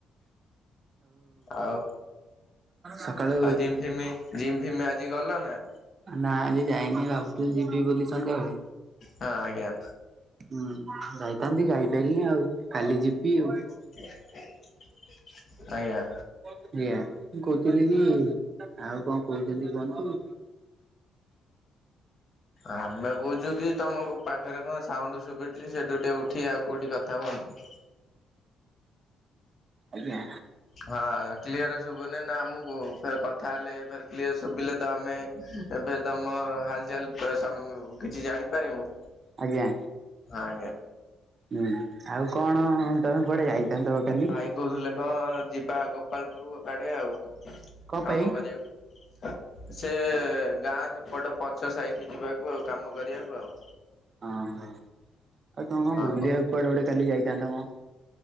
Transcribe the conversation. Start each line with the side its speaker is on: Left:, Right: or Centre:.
Left: ଆଉ
Right: ସକାଳୁ
Left: ଆଉ ଜିମ୍ ଫିମ, ଜିମ୍ ଫିମ ଆଜି ଗଲ ନାଁ।
Right: ନା ଆଜି ଯାଇନି ଭାବୁଥିଲି ଯିବି ବୋଲି ସନ୍ଧ୍ୟାବେଳେ।
Left: ହଁ ଆଜ୍ଞା।
Right: ହୁଁ ଯାଇଥାନ୍ତି ଯାଇପାରିନି ଆଉ କାଲି ଯିବି ଆଉ।
Left: <inaudible> ଅୟା
Right: ଆଞା ମୁଁ କହୁଥିଲି କି ଆଉ କଣ କହୁଚନ୍ତି କୁହନ୍ତୁ।
Left: ଆମେ କହୁଚୁକିତମ ପାଖରେ କଣ ସାଉଣ୍ଡ ସୁବୁ ସେଠୁ ଟିକିଏଉଠି ଆଉ କଉଠି କଥା ହୁଅନ୍ତୁ।
Right: ଆଜ୍ଞା।
Left: ହଁ କ୍ଲିୟର ଶୁଭୁନି ନା ଆମକୁ ଫେର କଥା ହେଲେ ଫେର କ୍ଲିୟର ଶୁଭିଲେ ତ ଆମେ ଏବେ ତମ ହାଲଚାଲ ସମ କିଛି ଜାଣିପାରିବୁ।
Right: ଆଜ୍ଞା
Left: ଆଜ୍ଞା।
Right: ହୁଁ ଆଉ କଣ ତମେ କୁଆଡେ ଯାଇଥାନ୍ତ ବା କାଲି।
Left: ଏଇ କହୁଥିଲେ କଣ ଯିବା ଗୋପାଳପୁର ଆଡେ ଆଉ
Right: କଣ ପାଇଁ
Left: କାମ କରିବାକୁ। ସେ ଗାଁ ସେପଟ ପଛ ସାଇକି ଯିବାକୁ ଆଉ କାମ କରିବାକୁ ଆଉ।
Right: ଅହଁ ଆଉ ତମ କଣ ବୁଲିବାକୁ
Left: ହଁ।
Right: କୁଆଡେ ଗୋଟେ କାଲି ଯାଇଥାନ୍ତା କଣ?